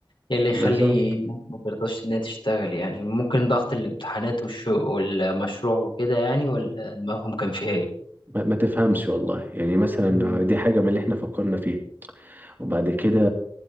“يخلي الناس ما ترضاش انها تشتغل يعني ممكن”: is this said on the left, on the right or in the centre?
Left